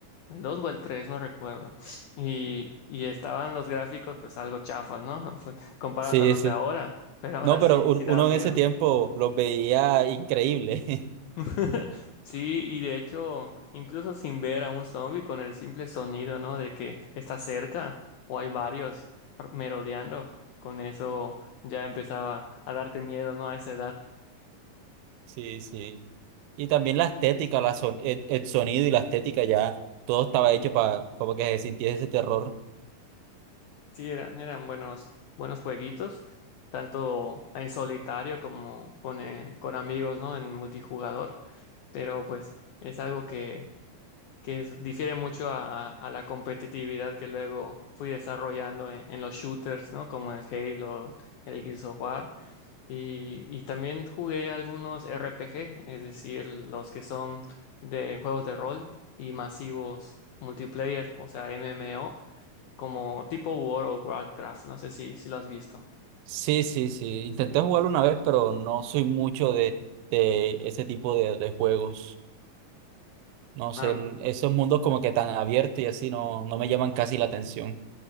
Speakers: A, on the left (about 80°); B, on the right (about 85°).
A: el 2 o el tres no recuerdo. Y, y estaban los gráficos pues algo chafas, ¿no? <laughs> Pues,
B: <laughs>
A: comparados
B: Sí,
A: a los
B: sí.
A: de ahora, pero aún
B: No,
A: así
B: pero un-
A: sí daba
B: uno
A: miedo.
B: en ese tiempo los veía increíble. <laughs>
A: <laughs> Sí, y de hecho, incluso sin ver a un zombie, con el simple sonido, ¿no? De que está cerca o hay varios merodeando, con eso ya empezaba a darte miedo, ¿no? A esa edad.
B: Sí, sí. Y también la estética, la son- el, el sonido y la estética ya, todo estaba hecho para como que se sintiera ese terror.
A: Sí, eran, eran buenos, buenos jueguitos, tanto en solitario como con, eh, con amigos, ¿no? En multijugador. pero pues es algo que, que es- difiere mucho a, a- a la competitividad que luego fui desarrollando en, en los shooters, ¿no? Como el Halo, el Gears of War, y, y también jugué algunos RPG, es decir, los que son de juegos de rol y masivos multiplayer, o sea, MMO, como tipo World of Warcraft, no sé si, si lo has visto.
B: Sí, sí, sí. Intenté jugarlo una vez, pero no soy mucho de, de ese tipo de, de juegos. No
A: Ah,
B: sé, en esos mundos como que tan abiertos y así no, no me llaman casi la atención.